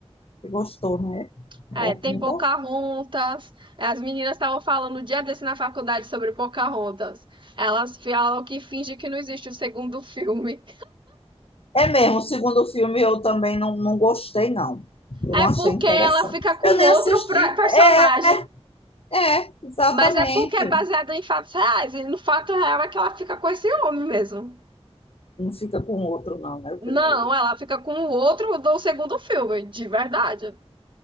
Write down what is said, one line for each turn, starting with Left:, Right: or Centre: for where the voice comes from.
Left: gostou, né? Bom,
Right: É, tem
Left: ainda
Right: Pocahontas. É, As meninas estavam falando o dia desse na faculdade sobre Pocahontas. Elas falam que finge que não existe o segundo filme.
Left: É mesmo, o segundo filme eu também não, não gostei, não. Eu
Right: É
Left: não
Right: porque
Left: achei interessante.
Right: ela fica com
Left: Eu nem
Right: outro
Left: assisti.
Right: pra- personagem.
Left: É, é, exatamente.
Right: Mas é porque é baseado em fatos reais. E no fato real é que ela fica com esse homem mesmo.
Left: Não fica com o outro, não, né? O
Right: Não,
Left: primeiro.
Right: ela fica com o outro do segundo filme, de verdade.